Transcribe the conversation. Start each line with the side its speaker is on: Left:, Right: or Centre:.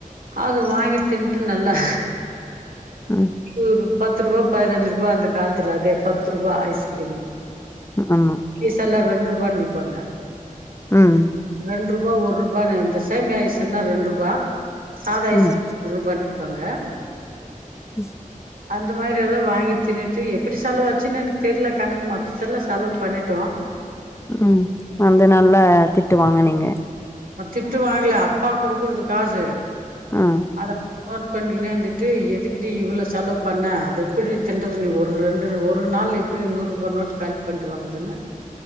Right: அது வாங்கி திண்ட்டு நல்லா..
Left: ம்
Right: ஒரு பத்து ரூபா பதினஞ்சு ரூபா அந்த காலத்துல அதே பத்து ரூபா ஐஸ்கிரீம்
Left: ஆமா
Right: ஐஸ் எல்லா ரெண்ரூபானு விப்பாங்க
Left: ம்
Right: ரெண்ரூபா ஒரூபா இந்த சேமியா ஐஸ்னா ரெண்ரூபா சாதா ஐஸ்னா
Left: ம்
Right: ஒரூபா விப்பாங்க
Left: <inaudible>
Right: அந்த மாரி எல்லா வாங்கி தின்னுட்டு எப்படி செலவாச்சுன்னு எனக்கு தெர்ல கணக்கு மொத்ததுல செலவு பண்ணிட்டோ
Left: ம் வந்து நல்லா திட்டுவாங்கனிங்க
Right: திட்டு வாங்கல அப்பா குடுக்குறது காசு
Left: ம்
Right: அத நோட் பண்ணிக்குனே இருந்துட்டு எதுக்குடி இவ்ளோ செலவு பண்ண அது எப்புறி தின்றது நீ ஒரு ரெண்டு ஒரு நாள் எப்பறி நூரூபா நோட்டு காலிப் பண்ணிட்டு வறதுன்னு